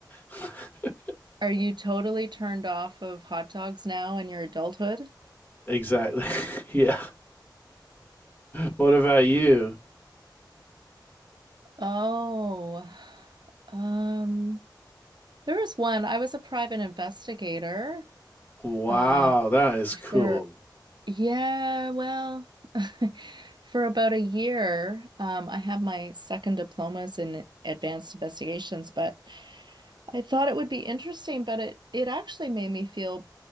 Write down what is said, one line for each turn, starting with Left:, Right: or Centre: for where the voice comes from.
Left: <laughs>
Right: Are you totally turned off of hot dogs now in your adulthood?
Left: Exactly. <laughs> Yeah. What about you?
Right: Oh, um, there was one. I was a private investigator,
Left: Wow,
Right: uh,
Left: that is cool.
Right: for, yeah, well, <laughs> for about a year. Um, I have my second diplomas in advanced investigations, but I thought it would be interesting, but it it actually made me feel